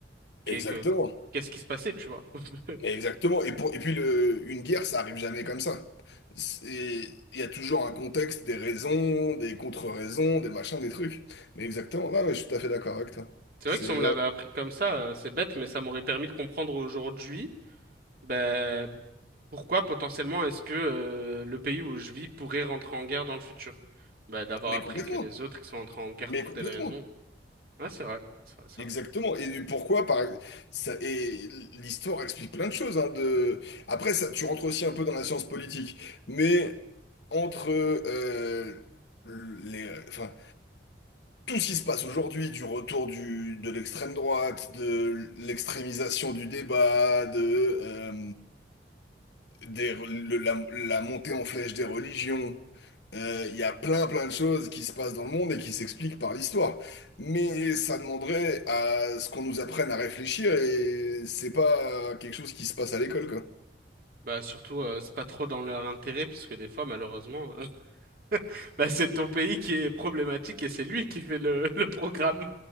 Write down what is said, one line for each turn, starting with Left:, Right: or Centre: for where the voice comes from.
Right: Qu'est-
Left: Exactement.
Right: que- Qu'est-ce qui se passait, tu vois? <laughs>
Left: Mais Exactement. Et pour, et puis le, une guerre, ça arrive jamais comme ça. C'est- Il y a toujours un contexte, des raisons, des contre-raisons, des machins, des trucs. Mais exactement. Ouais, ouais, je suis tout à fait d'accord avec toi.
Right: C'est
Left: C'est
Right: vrai que si on me
Left: ouais.
Right: l'avait appris comme ça, euh, c'est bête, mais ça m'aurait permis de comprendre aujourd'hui. Ben, Pourquoi potentiellement est-ce que euh, le pays où je vis pourrait rentrer en guerre dans le futur? Bah, d'avoir
Left: Mais
Right: appris
Left: complètement.
Right: que les autres ils sont entrés en guerre
Left: Mais
Right: pour
Left: complètement.
Right: telle raison. Ouais, c'est vrai, c'est vrai, c'est
Left: Exactement.
Right: vrai.
Left: Et pourquoi, par ça, et l'histoire explique plein de choses, hein, de... Après, ça, tu rentres aussi un peu dans la science politique, mais entre euh, les, enfin, tout ce qui se passe aujourd'hui, du retour du, de l'extrême droite, de l'extrémisation du débat, de, euh, des re- le- la, la montée en flèche des religions. Euh, Il y a plein plein de choses qui se passent dans le monde et qui s'expliquent par l'histoire. Mais ça demanderait à ce qu'on nous apprenne à réfléchir et c'est pas quelque chose qui se passe à l'école, quoi.
Right: Bah, surtout, euh, c'est pas trop dans leur intérêt, parce que des fois, malheureusement, euh, <laughs> bah, c'est ton pays qui est problématique et c'est lui qui fait le, le programme.